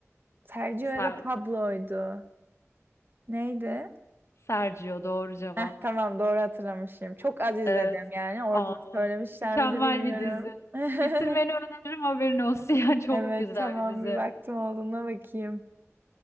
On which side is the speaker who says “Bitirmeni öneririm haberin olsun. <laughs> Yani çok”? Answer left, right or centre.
Left